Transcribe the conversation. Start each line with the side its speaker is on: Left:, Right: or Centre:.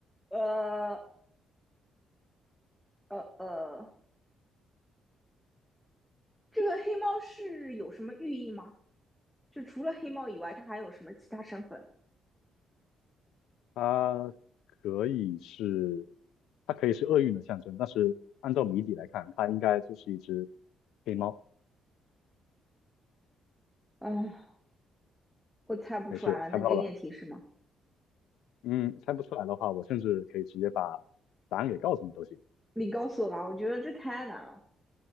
Centre: 呃呃呃，这个黑猫是有什么寓意吗？就除了黑猫以外，它还有什么其他身份？
Left: 它可以是，它可以是厄运的象征，但是按照谜底来看，它应该就是一只黑猫。
Centre: 嗯，呃我猜不出来了，
Left: 没事，
Centre: 能给点提示吗？
Left: 猜不到的话嗯，猜不出来的话，我甚至可以直接把答案给告诉你都行。
Centre: 你告诉我吧，我觉得这太难了。